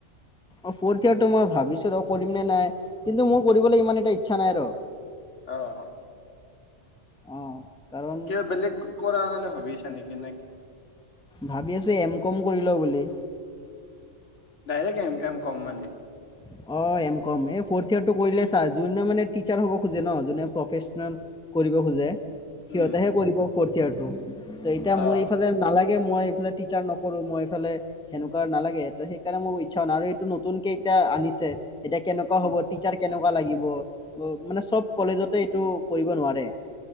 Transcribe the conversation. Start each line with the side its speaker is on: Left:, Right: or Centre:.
Centre: অ ফৰগ্ৰেড মই ভাবিছো ৰ কৰিম নে নাই কিন্তু মোৰ কৰিবলৈ ইমান এটা ইচ্ছা নাই আৰু
Left: আহ
Centre: অ কাৰণ
Left: কিবা বেলেগ কৰা মানে ভাবি আছা নে কি?
Centre: ভাবি আছোঁ এম কম কৰি ল বুলি
Left: ডাইৰেকট এম কম মানে
Centre: <inaudible> অ এম কম এই ফৰ্থ ইয়েৰ টো কৰিলে চা যোনে মানে টিচাৰ হ'ব খোজে ন যো প্ৰফেচনেল খোজে, সিহঁতে
Left: উম
Centre: হে কৰিব ফৰ্ট ইয়েৰ টো এতিয়া
Left: অ
Centre: মই এইফালে নালাগে মই এইফালে টিচাৰ নকৰো মই এইফালে সেনেকোৱা নালাগে ত সেইকাৰণে মোৰ ইচ্ছাও নাই আৰু এইটো নতুনকে এয়া আনিছে এতিয়া কেনেকুৱা
Left: উম
Centre: হ'ব টিচাৰ কেনেকুৱা লাগিব মানে চব কলেজতে এইটো কৰিব নোৱাৰে